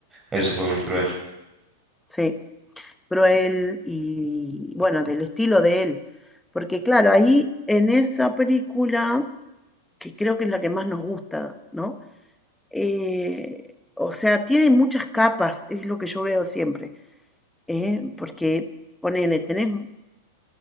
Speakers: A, on the right; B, in the centre.
A: eso fue muy cruel.
B: sí. cruel y bueno, del estilo de él. Porque claro, ahí en esa película, que creo que es la que más nos gusta, ¿no? Eh, o sea, tiene muchas capas, es lo que yo veo siempre, ¿eh? Porque ponele, tenés